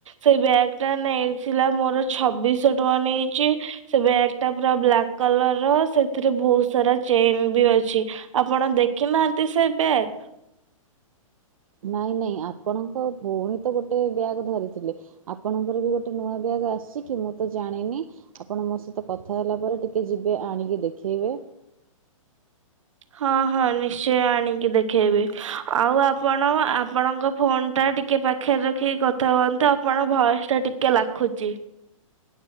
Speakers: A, on the right; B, on the right.
A: ସେଇ ବ୍ୟାଗ ଟା ନେଇଥିଲା ମୋର ଛବିଶ ଶହ ଟଙ୍କା ନେଇଛି। ସେ ବ୍ୟାଗ ଟା ପୁରା ବ୍ଲାକ୍ କଲର ର ସେଥିରେ ବହୁତ୍ ସାରା ଚେନ୍ ବି ଅଛି। ଆପଣ ଦେଖି ନାହାନ୍ତି ସେ ବ୍ୟାଗ୍
B: ନାଇଁ ନାଇଁ ଆପଣଙ୍କ ଭଉଣୀ ତ ଗୋଟେ ବ୍ୟାଗ୍ ଧରିଥିଲେ ଆପଣଙ୍କର ବି ଗୋ ଗୋଟେ ନୂଆ ବ୍ୟାଗ୍ ଆସିଛି କି ମୁଁ ତ ଜାଣିନି ଆପଣ ମୋ ସହିତ କଥା କଥା ହେଲା ପରେ ଟିକଏ ଯିବେ ଆଣିକି ଦେଖେଇବେ
A: ହଁ ହଁ ନିଶ୍ଚୟ ଆଣିକି ଦେଖେଇବି ଆଉ ଆପଣ ଆପଣଙ୍କ ଫୋନ ଟା ଟିକେ ପାଖେ ପାଖରେ ରଖି କଥା ହୁଅନ୍ତୁ ଆପଣଙ୍କ ଭଏସ୍ ଟା ଟିକେ ଲାଖୁଛି।